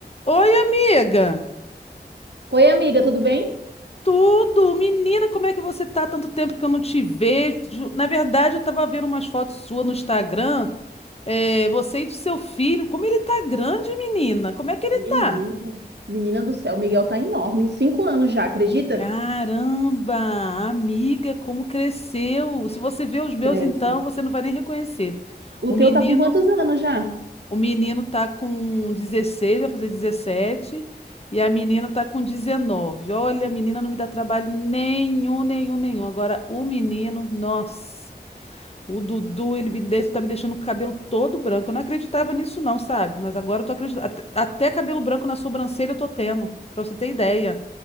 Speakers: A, on the left (about 35°); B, on the right (about 75°).
A: Oi, amiga!
B: Oi, amiga, tudo bem?
A: Tudo! Menina, como é que você tá? Tanto tempo que eu não te vejo. Na verdade, eu tava vendo umas fotos suas no Instagram. É, você e do seu filho. Como ele tá grande, menina! Como é que ele
B: Menina,
A: tá?
B: Menina do céu, o Miguel tá enorme. Cinco anos já, acredita?
A: Caramba! Amiga, como cresceu! Se você vê os meus,
B: cresce.
A: então, você não vai nem reconhecer.
B: O
A: O
B: teu
A: menino.
B: tá com quantos anos já?
A: O menino tá com 16, vai fazer 17, e a menina tá com 19. Olha, a menina não me dá trabalho nenhum, nenhum, nenhum. Agora, o menino, nossa, o Dudu, ele me deixa, tá me deixando com o cabelo todo branco. Eu não acreditava nisso, não, sabe? Mas agora eu tô acreditando. Até, até cabelo branco na sobrancelha eu tô tendo, pra você ter ideia.